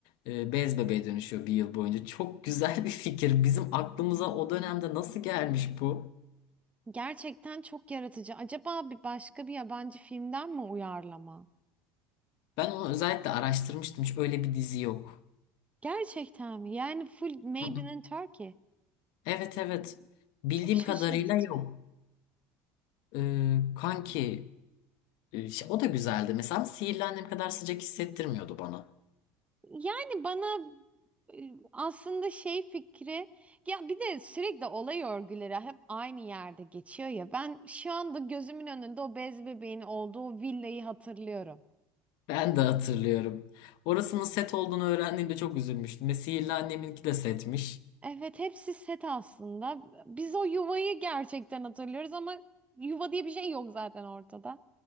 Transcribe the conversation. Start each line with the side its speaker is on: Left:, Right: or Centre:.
Left: e, bez bebeğe dönüşüyor bir yıl boyunca. Çok güzel bir fikir. Bizim aklımıza o dönemde nasıl gelmiş bu?
Right: Gerçekten çok yaratıcı. Acaba bir başka bir yabancı filmden mi uyarlama?
Left: Ben onu özellikle araştırmıştım. Hiç öyle bir dizi yok.
Right: Gerçekten mi? Yani full Made
Left: Hı hı.
Right: in Turkey.
Left: Evet evet. Bildiğim
Right: Çok şaşırtıcı.
Left: kadarıyla yok. E, kanki. E, işte o da güzeldi. Mesela sihirli annem kadar sıcak hissettirmiyordu bana.
Right: Yani bana e, aslında şey fikri ya bir de sürekli olay örgüleri hep aynı yerde geçiyor ya ben şu anda gözümün önünde o bez bebeğin olduğu villayı hatırlıyorum.
Left: Ben de hatırlıyorum. Orasının set olduğunu öğrendiğimde çok üzülmüştüm. Ve sihirli anneminki de setmiş.
Right: Evet hepsi set aslında. Biz o yuvayı gerçekten hatırlıyoruz ama yuva diye bir şey yok zaten ortada.